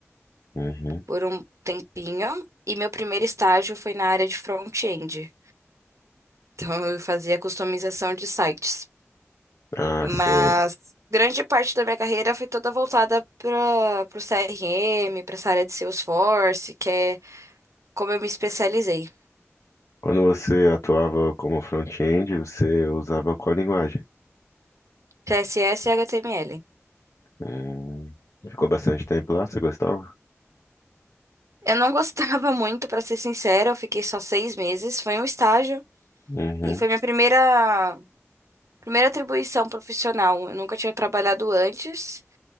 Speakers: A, on the left; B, on the right.
A: Uhum.
B: por um tempinho e meu primeiro estágio foi na área de front-end. Então eu fazia customização de sites.
A: Ah,
B: Mas
A: você...
B: grande parte da minha carreira foi toda voltada para o CRM, para essa área de Salesforce, que é como eu me especializei,
A: Quando você atuava como front-end, você usava qual linguagem?
B: CSS e HTML.
A: Hum, Ficou bastante tempo lá, você gostava?
B: Eu não gostava <laughs> muito, para ser sincera, eu fiquei só seis meses, foi um estágio
A: Uhum.
B: e foi minha primeira Primeira atribuição profissional. Eu nunca tinha trabalhado antes